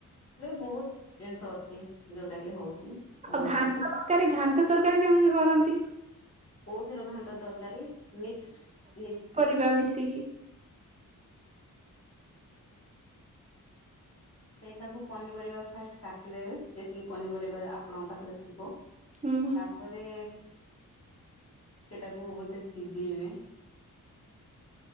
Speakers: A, on the left (about 45°); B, on the right (about 20°).
A: ଏ ବହୁତ ଜିନିଷ ଅଛି ଯୋଉଟା କି ହଉଛି। ବନଉଛନ୍ତି
B: ଆଉ ଘାଣ୍ଟ ତରକାରୀ, ଘାଣ୍ଟ ତରକାରୀ କେମିତି କରନ୍ତି?
A: କୋଉଠି ର ଘାଣ୍ଟ ତରକାରୀ? ମିକ୍ସ ଭେଜ
B: ପରିବା ମିଶିକି।
A: ସେଇଟାକୁ ପନିପରିବା ଫାଷ୍ଟ କାଟିଦେବେ। ଯେତିକି ପନିପରିବା ଆପଣଙ୍କ ପାଖରେ ଥିବ।
B: ହୁଁ
A: ତାପରେ ସେଟାକୁ ବୋଧେ ସିଝେଇବେ।